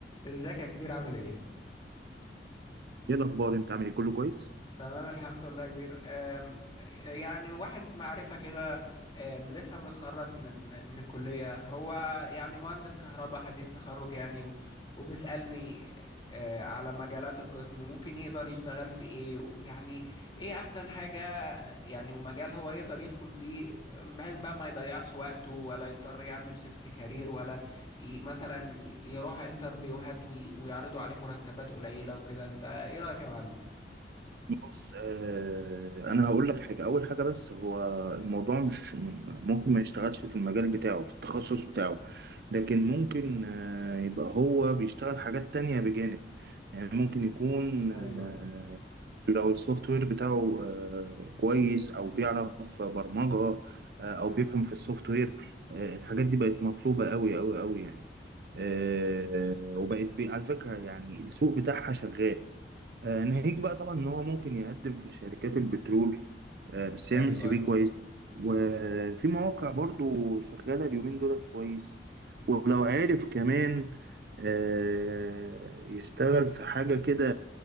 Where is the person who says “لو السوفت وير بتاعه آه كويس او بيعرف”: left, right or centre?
Right